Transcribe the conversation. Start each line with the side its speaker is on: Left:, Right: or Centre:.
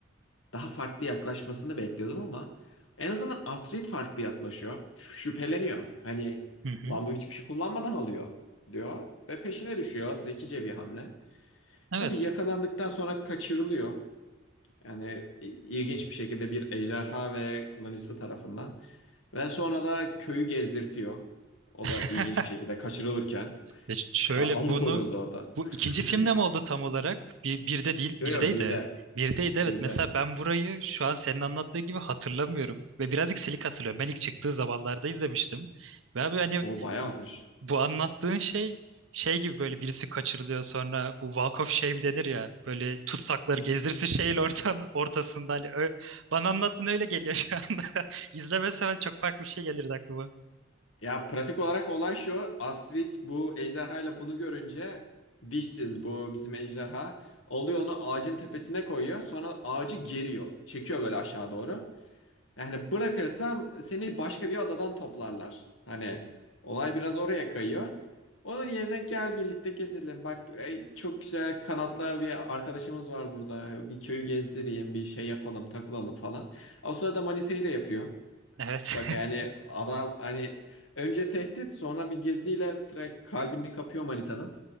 Left: daha farklı yaklaşmasını bekliyordum ama en azından Astrid farklı yaklaşıyor. Ş- Şüpheleniyor. Hani
Right: Hı hı.
Left: lan bu hiçbir şey kullanmadan alıyor diyor ve peşine düşüyor. Zekice bir hamle.
Right: Evet.
Left: Tabii yakalandıktan sonra kaçırılıyor. Yani i- ilginç bir şekilde bir ejderha ve kullanıcısı tarafından. Ve sonra da köyü gezdirtiyor. O da
Right: <laughs>
Left: ilginç bir şekilde kaçırılırken.
Right: E ş- şöyle
Left: Ya, alıkonuldu
Right: bunu
Left: orada.
Right: bu ikinci
Left: <laughs>
Right: filmde mi oldu tam olarak? Bir, birde değil,
Left: Yo
Right: birdeydi.
Left: yo birde.
Right: Birdeydi evet.
Left: Birde.
Right: Mesela ben burayı şu an senin anlattığı gibi hatırlamıyorum. Ve birazcık silik hatırlıyorum. Ben ilk çıktığı zamanlarda izlemiştim. Ve abi hani
Left: O bayağı olmuş.
Right: bu anlattığın şey şey gibi böyle birisi kaçırılıyor sonra bu Walk of Shame denir ya böyle tutsakları gezdirsin şeyin ortan, ortasında hani ö- bana anlattığın öyle geliyor şu anda. <laughs> İzlemesem çok farklı bir şey gelirdi aklıma.
Left: Ya pratik olarak olay şu. Astrid bu ejderhayla bunu görünce dişsiz bu bizim ejderha. Alıyor onu ağacın tepesine koyuyor. Sonra ağacı geriyor. Çekiyor böyle aşağı doğru. Yani bırakırsam seni başka bir adadan toplarlar. Hani olay biraz oraya kayıyor. Onun yerine gel birlikte gezelim. Bak ey, çok güzel kanatlı bir arkadaşımız var burada. Bir köyü gezdireyim, bir şey yapalım, takılalım falan. O sırada manitayı da yapıyor.
Right: Evet.
Left: Bak yani adam hani önce tehdit sonra bir geziyle direkt kalbini kapıyor manitanın.